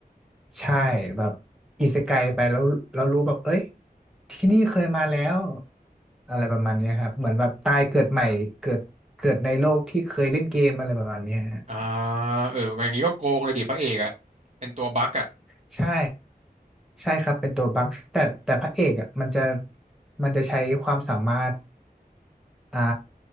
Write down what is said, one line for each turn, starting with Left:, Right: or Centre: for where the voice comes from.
Centre: ใช่แบบอิเซไกไปแล้วเรารู้แบบเอ้ยที่นี่เคยมาแล้วอะไรประมาณเนี้ยครับเหมือนแบบตายเกิดใหม่เกิดเกิดในโลกที่เคยเล่นเกมอะไรประมาณเนี้ยฮะ
Right: อ่าเอออย่างนี้ก็โกงเลยดิพระเอกอะเป็นตัวบั๊กอะ
Centre: ใช่ใช่ครับเป็นตัวบั๊กแต่แต่พระเอกอ่ะมันจะมันจะใช้ความสามารถอ่า